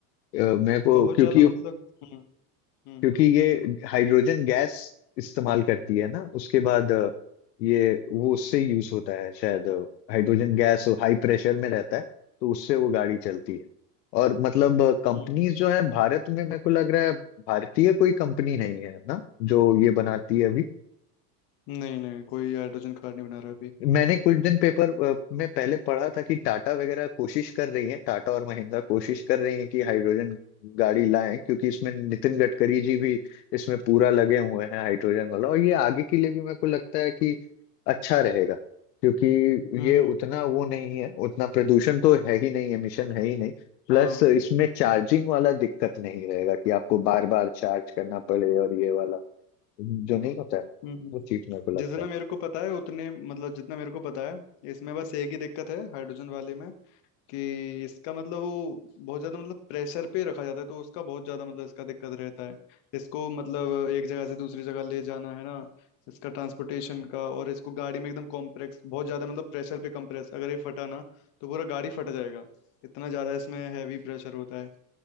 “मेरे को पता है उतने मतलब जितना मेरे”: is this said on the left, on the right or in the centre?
Left